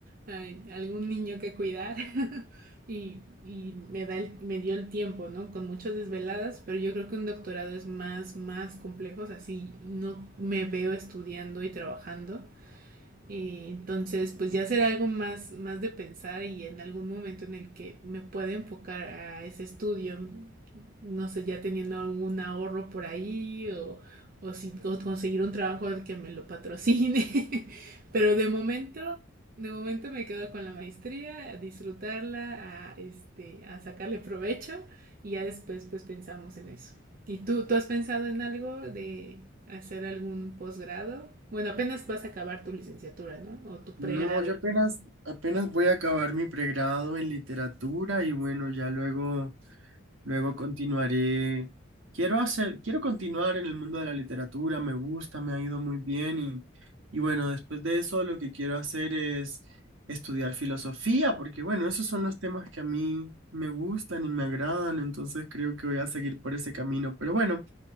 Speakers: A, on the right; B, on the right.
A: ay, algún niño que cuidar <laughs> y, y me da el- me dio el tiempo, ¿no? Con muchas desveladas, pero yo creo que un doctorado es más, más complejo, o sea, sí, no me veo estudiando y trabajando eh, entonces, pues ya será algo más, más de pensar y en algún momento en el que me pueda enfocar a ese estudio, no sé, ya teniendo algún ahorro por ahí o, o si, o conseguir un trabajo al que me lo patrocine. <laughs> Pero de momento, de momento me quedo con la maestría, a disfrutarla, a, este, a sacarle provecho y ya después pues pensamos en eso. ¿Y tú, tú has pensado en algo de hacer algún posgrado? Bueno, apenas vas a acabar tu licenciatura, ¿no? O tu pregrado.
B: No, yo apenas,
A: tu-
B: apenas voy a acabar mi pregrado en literatura y bueno, ya luego, luego continuaré. Quiero hacer, quiero continuar en el mundo de la literatura, me gusta, me ha ido muy bien y, y bueno, después de eso lo que quiero hacer es estudiar filosofía, porque bueno, esos son los temas que a mí me gustan y me agradan, entonces creo que voy a seguir por ese camino. Pero bueno.